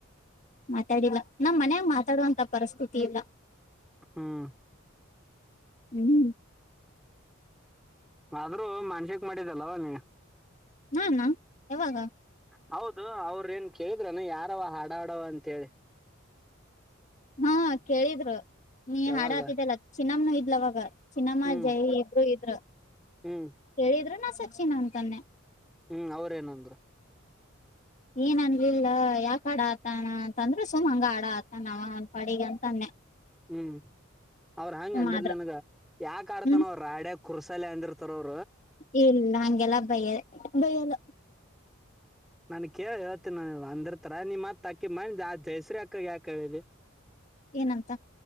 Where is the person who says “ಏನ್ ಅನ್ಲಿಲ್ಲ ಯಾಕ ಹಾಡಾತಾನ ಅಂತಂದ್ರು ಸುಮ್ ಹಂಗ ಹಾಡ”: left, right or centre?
Left